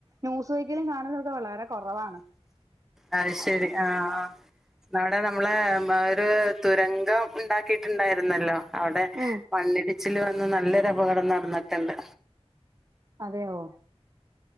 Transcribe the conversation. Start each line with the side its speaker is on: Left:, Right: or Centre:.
Right: ന്യൂസ് വെക്കലും വളരെ കുറവാണ്
Centre: അത് ശരി ആഹ നാടെ നമ്മളെ മഒരു തുരങ്കം ഉണ്ടാക്കിയിട്ടുണ്ടായിരുന്നല്ലോ അവിടെ
Right: ഉം
Centre: മണ്ണിടിച്ചിൽ വന്ന നല്ലൊരു അപകടം നടന്നിട്ടുണ്ട്
Right: അതെയോ